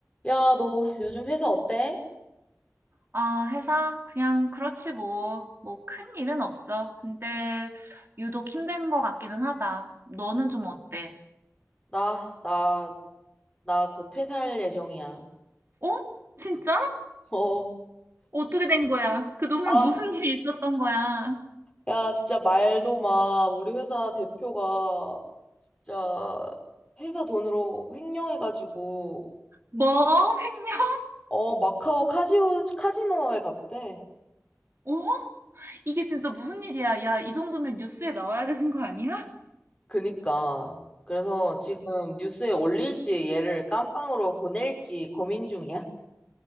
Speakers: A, on the left (about 15°); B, on the right (about 45°).
A: 야, 너 요즘 회사 어때?
B: 아, 회사? 그냥 그렇지 뭐. 뭐 큰 일은 없어. 근데 유독 힘든 것 같기는 하다. 너는 좀 어때?
A: 나, 나, 나 곧 퇴사할 예정이야.
B: 어? 진짜?
A: 어.
B: 어떻게 된 거야? 그동안
A: 아,
B: 무슨 일이 있었던 거야?
A: 야, 진짜 말도 마. 우리 회사 대표가 진짜 회사 돈으로 횡령해가지고,
B: 뭐? 횡령?
A: 어, 마카오 카지오, 카지노에 갔대.
B: 어? 이게 진짜 무슨 일이야? 야, 이 정도면 뉴스에 나와야 되는 거 아니야?
A: 그니까. 그래서 지금 뉴스에 올릴지 얘를 깜빵으로 보낼지 고민 중이야.